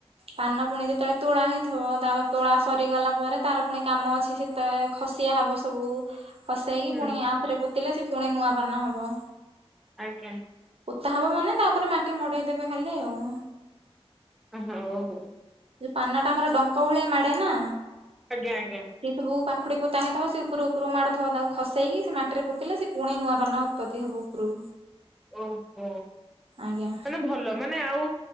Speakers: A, on the right; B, in the centre.
A: ପାନ ପୁଣି ଯେତେବେଳେ ତୋଳା ହେଇଥିବ ତା ପରେ ତୋଳା ସରିଗଲା ପରେ। ତାର ପୁଣି କାମ ଅଛି ସିତେ ଖସିଆ ହବ ସବୁ, ଖସେଇକି
B: ହୁଁ
A: ପୁଣି ଆଉ ଥରେ ପୁତିଲେ ସେ ପୁଣି ନୂଆ ପାନ ହବ।
B: ଆଜ୍ଞା।
A: ପୋତା ହବ ମାନେ ତାପରେ ମାଟି ମଡେଇଦେବେ ଖାଲି ଆଉ।
B: ଆଁ, ହୋ, ଓହୋ।
A: ଯୋଉ ପାନଟା ଆମର ଡଙ୍କ ଭଳିଆ ମାଡ଼େ ନା।
B: ଆଜ୍ଞା, ଆଜ୍ଞା।
A: ସିଏ ସବୁ ପାଖୁଡି ପୋତା ହେଇଥିବ ସେ ଉପୁରୁ ଉପୁରୁ ମାଡ଼ଥୁବ। ତାକୁ ଖସେଇକି ସେ ମାଟିରେ ପୋତିଲେ, ସେ ପୁଣି ନୂଆ ପାନ ଉତ୍ପତ୍ତି ହେବ ଉପରୁକୁ।
B: ଓହୋ,
A: ଆଜ୍ଞା
B: ତାନେ ଭଲ। ମାନେ ଆଉ